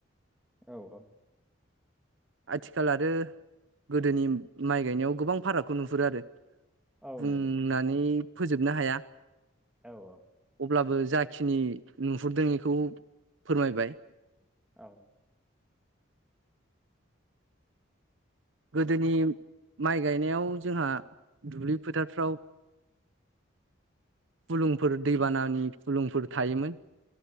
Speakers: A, in the centre; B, on the right (about 70°).
A: औ औ
B: आथिखाल आरो गोदोनि माइ गायनायाव गोबां फारागखौ नुहुरो आरो।
A: औ
B: बुंनानै
A: नुनो मोनो
B: फोजोबनो हाया
A: औ औ
B: अब्लाबो जाखिनि नुहुरदों इखौ फोरमायबाय
A: औ
B: गोदोनि माइ गायनायाव जोंहा दुब्लि फोथारफ्राव फुलुंफोर दैबानानि फुलुंफोर थायोमोन।